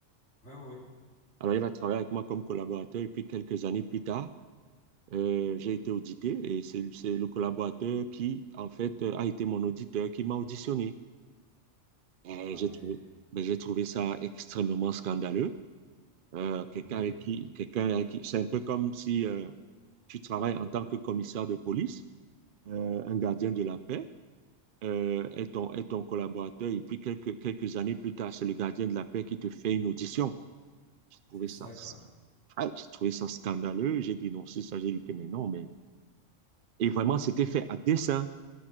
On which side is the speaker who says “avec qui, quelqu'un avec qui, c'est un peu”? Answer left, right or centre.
Right